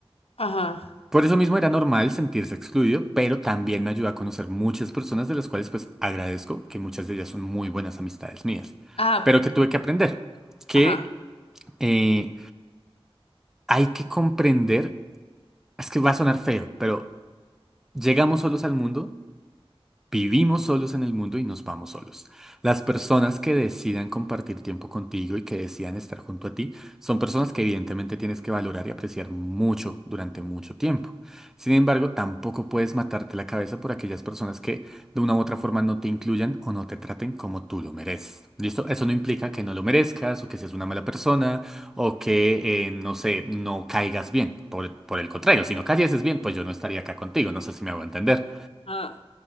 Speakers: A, on the left; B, in the centre.
A: ajá,
B: Por eso mismo era normal sentirse excluido, pero también me ayudó a conocer muchas personas de las cuales pues agradezco que muchas de ellas son muy buenas amistades mías.
A: ajá,
B: Pero que tuve que aprender, que
A: ajá.
B: eh, hay que comprender, es que va a sonar feo, pero llegamos solos al mundo Vivimos solos en el mundo y nos vamos solos. Las personas que decidan compartir tiempo contigo y que decidan estar junto a ti son personas que evidentemente tienes que valorar y apreciar mucho durante mucho tiempo. Sin embargo, tampoco puedes matarte la cabeza por aquellas personas que de una u otra forma no te incluyan o no te traten como tú lo mereces. ¿Listo? Eso no implica que no lo merezcas o que seas una mala persona o que, eh, no sé, no caigas bien. Por, por el contrario, si no cayeses bien, pues yo no estaría acá contigo. No sé si me hago entender.
A: Ah,